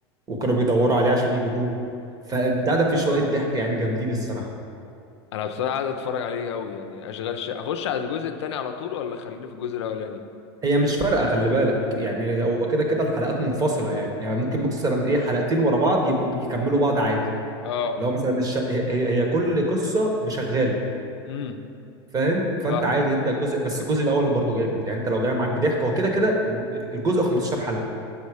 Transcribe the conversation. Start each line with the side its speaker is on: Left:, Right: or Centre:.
Right: وكانوا بيدوروا عليه عشان يجيبوه فبتاع ده فيه
Left: <laughs>
Right: شويه ضحك يعني جامدين الصراحه
Left: انا بصراحة عايز اتفرج عليه قوي يعني اشغال شقة اخش على الجزء التاني على طول ولا خليني في الجزء الاولاني
Right: هي مش فارقه خلي بالك يعني هو كده كده الحلقات منفصله يعني يعني ممكن مثلا ايه حلقتين ورا بعض يبقوا بيكملوا بعض عادي
Left: اه
Right: اللي هو مثلا الش... هي هي هي كل قصه بشغاله
Left: امم
Right: فاهم فانت
Left: فاهمك
Right: عادي تبدا الجزء بس الجزء الاول برضو جامد يعني انت لو جاي معاك بضحك هو كده كده ال- ال- الجزء 15 حلقه